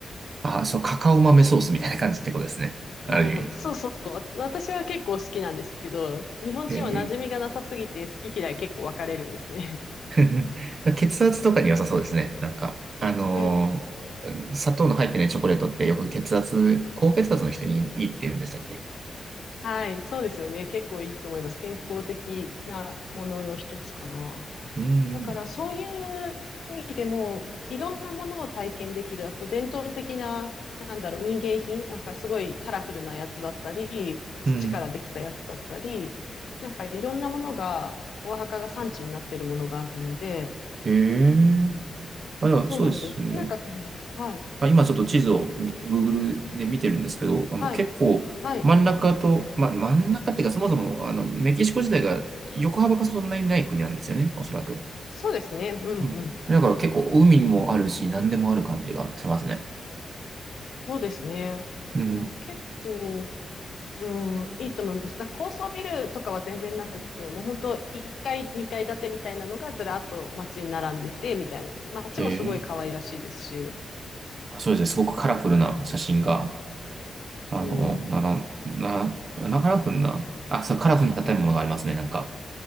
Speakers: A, on the right; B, on the left.
A: あー、そう、カカオ豆ソースみたいな感じってことですね。ある意味。
B: そう、そうそうそう。私は結構好きなんですけど、日本人は馴染みがなさすぎて好き嫌い結構分かれるんですね。
A: ええ
B: <laughs>
A: <laughs>、血圧とかに良さそうですね。なんか、あのー
B: うん。
A: 砂糖の入ってないチョコレートってよく血圧、高血圧の人にいいって言うんでしたっけ
B: はい、そうですよね。結構いいと思います。健康的なものの一つかな。
A: うん、
B: だからそういう意味でも、いろんなものを体験できる。あと伝統的な、なんだろう、民芸品、なんかすごいカラフルなやつだったり、土からできたやつだったり、
A: うん。
B: なんかいろんなものが、お墓が産地になっているものがあるので、
A: へえ。あ、でもそうですね。
B: そうなんです。で、なんか、はい、
A: あ、今ちょっと地図をグ Google で見てるんですけど、あの、
B: はい、
A: 結構真ん中と、
B: はい。
A: ま、真ん中っていうかそもそも、あの、メキシコ自体が横幅がそんなにない国なんですよね、おそらく。
B: そうですね。うん、
A: うん。
B: うん。
A: だから結構海にもあるし、何でもある感じがしますね。
B: そうですね。
A: うん。
B: だから結構、うん、いいと思います。だから高層ビルとかは全然なくって、もう本当1階、2階建てみたいなのがずらっと街に並んでて、みたいな。街もすごい可愛らしいですし。
A: へえ。そうですね、すごくカラフルな写真が、あの、
B: うん。
A: なら、な、な、カラフルな、あ、そう、カラフルな建物がありますね、なんか。